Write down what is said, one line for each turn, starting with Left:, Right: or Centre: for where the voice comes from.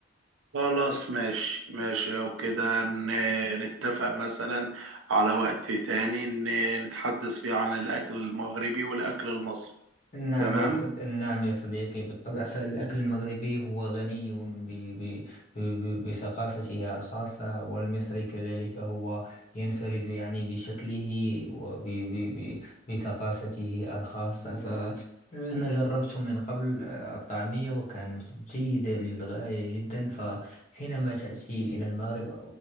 Right: خلاص ماشي ماشي لو كده ن- نتفق مثلا على وقت تاني ن- نتحدث فيه عن الأكل المغربي والأكل المصري
Left: نعم
Right: تمام
Left: يا صد... نعم يا صديقي بالطبع فالأكل المغربي هو غني ب... ب... ب... بثقافته الخاصة والمصري كذلك هو ينفرد يعني بشكله وب... ب... ب... بثقافته الخاصة فأنا جربت من قبل الطعمية وكانت جيدة للغاية جدا فحينما تأتي إلى المغرب